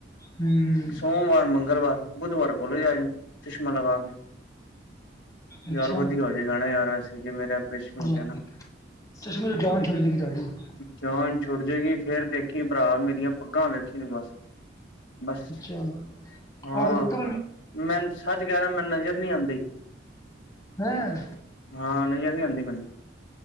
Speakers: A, on the left; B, on the left.
A: ਹੂੰ
B: ਸੋਮਵਾਰ ਮੰਗਲਵਾਰ ਬੁੱਧਵਾਰ ਕਾਲਜ ਆ ਜੀ ਚਸ਼ਮਾ ਲਗਾ ਕੇ
A: ਅੱਛਾ
B: ਯਾਰ ਵਧੀਆ ਇਹ ਗਾਣਾ ਯਾਰ ਵੈਸੇ ਵੀ ਮੇਰਾ ਆਪਰੇਸ਼ਨ ਹੋ
A: ਹਾਂ
B: ਗਿਆ ਨਾ।
A: ਚਸ਼ਮੇ ਤੋੰ ਜਾਨ ਛੋਟ ਜੇਗੀ ਤੁਹਾਡੀ। <unintelligible>
B: ਜਾਨ ਛੁਟ ਜੇਗੀ ਫੇਰ ਦੇਖੀ ਭਰਾ ਮੇਰੀਆਂ ਪੱਗਾਂ ਵੇਖੀ ਤੂੰ ਬਸ। ਬਸ
A: ਅੱਛਾ
B: ਹਾਂ
A: ਆਖ ਦਿੱਤਾ ਮੈਨੂੰ
B: ਮੈ ਸੱਚ ਕਹਿ ਰਿਹਾ ਮੈਨੂੰ ਨਜ਼ਰ ਨਹੀ ਆਉਦੀ।
A: ਹੈਂ।
B: ਹਾਂ ਨਜ਼ਰ ਨਹੀਂ ਆਉਂਦੀ ਮੈਨੂੰ।